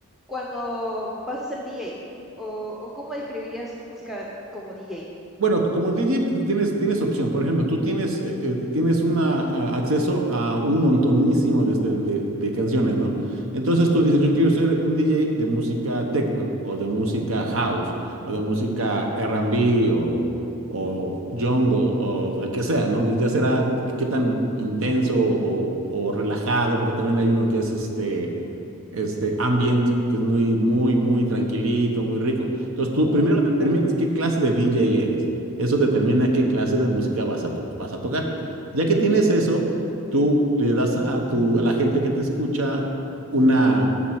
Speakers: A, in the centre; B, on the right.
A: cuando vas a ser DJ. ¿O, o cómo describirías tu música como DJ?
B: Bueno, c- como DJ pues, tienes, tienes opción. Por ejemplo, tú tienes, eh, eh, tienes una, a- acceso a un montonísimo de, este- de- de canciones, ¿no? Entonces tú dices, yo quiero ser un DJ de música techno o de música house o de música R&B o, o jungle o el que sea, ¿no? Ya ya será qué tan intenso o, o relajado, porque también hay uno que es este este ambient, que es muy, muy, muy tranquilito, muy rico. Entonces tú
A: Uh,
B: primero determinas
A: ya,
B: qué clase de DJ eres. Eso determina qué clase de música vas a, to- vas a tocar. Ya que tienes eso, tú le das a, tu, a la gente que te escucha una,